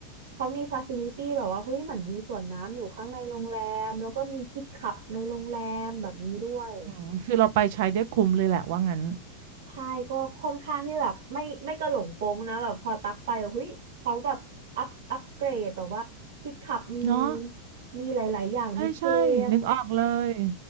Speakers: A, on the right (about 80°); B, on the right (about 55°).
A: เขามีฟาซิลิตี้แบบว่าเฮ้ยเหมือนมีสวนน้ำอยู่ข้างในโรงแรมแล้วก็มีคิดขับในโรงแรมแบบนี้ด้วย
B: อืมคือเราไปใช้ได้คุ้มเลยแหละว่างั้น
A: ใช่ก็ค่อนข้างที่แบบไม่ไม่กระหลงโปงนะแบบพอตักไปเฮ้ยเขาแบบอัพอัพเกรดแบบว่าคิดขับมี
B: เนาะ
A: มีหลายๆอย่างมีเกม
B: ใช่ใช่นึกออกเลย